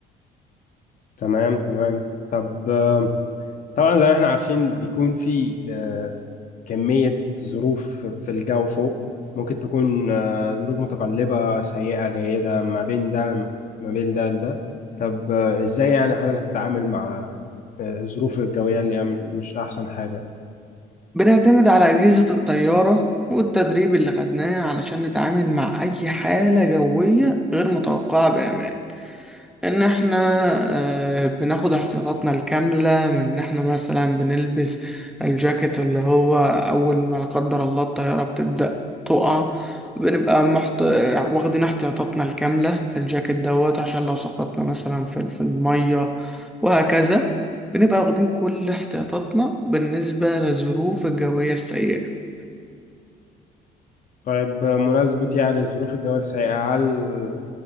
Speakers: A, on the left (about 50°); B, in the centre.
A: تمام تمام طب آه، طبعا زي ما احنا عارفين بيكون في آه، كمية ظروف في الجو فوق ممكن تكون آه، ظروف متقلبة سيئة جيدة ما بين ده ما بين ده لده طب آه، ازاي يعني حضرتك تتعامل مع آه، الظروف الجوية اللي هي مش أحسن حاجة
B: بنعتمد على أجهزة الطيارة والتدريب اللي خدناه علشان نتعامل مع أي حالة جوية غير متوقعة بأمان ان احنا آه، بناخد احتياطاتنا الكاملة من ان احنا مثلا بنلبس الجاكيت اللي هو اول ما لا قدر الله الطيارة بتبدأ تقع بنبقى محت... واخدين احتياطاتنا الكاملة في الجاكيت دوت عشان لو سقطنا مثلا في في المية وهكذا بنبقى واخدين كل احتياطاتنا بالنسبة للظروف الجوية السيئة
A: طيب آه، مناسبة يعني الظروف الجوية السيئة هل